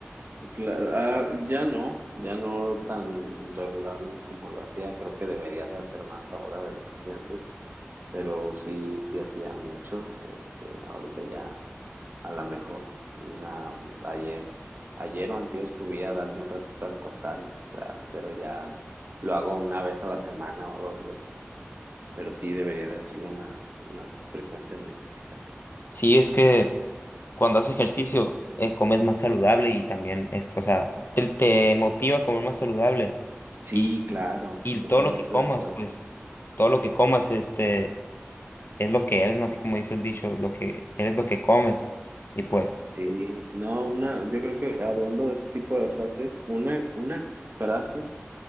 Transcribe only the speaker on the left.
Sí, es que cuando haces ejercicio, eh, comes más saludable y también, es- o sea, te, te motiva a comer más saludable
y,
y todo
lo que comas,
pues, todo lo que comas, este, es lo que eres, ¿no? Así como dice el dicho, lo que eres lo que comes. Y pues...